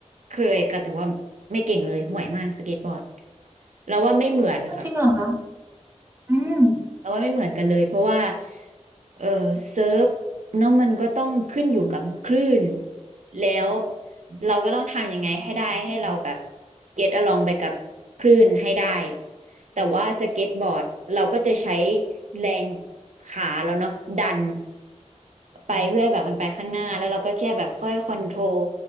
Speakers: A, on the right; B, on the right.
A: เคยค่ะแต่ว่าไม่เก่งเลยห่วยมากสเก็ตบอร์ดเราว่าไม่เหมือนค่ะ
B: อ้าวจริงเหรอคะอืม
A: แต่ว่าไม่เหมือนกันเลยเพราะว่าเออเซิร์ฟเนาะมันก็ต้องขึ้นอยู่กับคลื่นแล้วเราก็ต้องทำยังไงให้ได้ให้เราแบบ get along ไปกับคลื่นให้ได้แต่ว่าสเก็ตบอร์ดเราก็จะใช้แรงขาเราเนาะดันไปเพื่อให้แบบมันไปข้างหน้าแล้วเราก็แค่แบบค่อยคอนโทรล